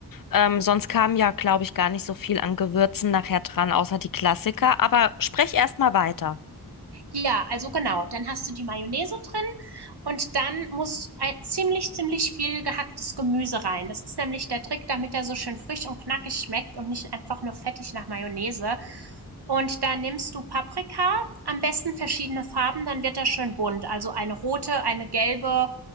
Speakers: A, on the left; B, on the right.
A: Ähm, sonst kam ja, glaube ich, gar nicht so viel an Gewürzen nachher dran, außer die Klassiker. Aber sprech erst mal weiter.
B: Ja, also genau. Dann hast du die Mayonnaise drin und dann muss ein ziemlich, ziemlich viel gehacktes Gemüse rein. Das ist nämlich der Trick, damit er so schön frisch und knackig schmeckt und nicht einfach nur fettig nach Mayonnaise. Und da nimmst du Paprika, am besten verschiedene Farben, dann wird er schön bunt. Also eine rote, eine gelbe,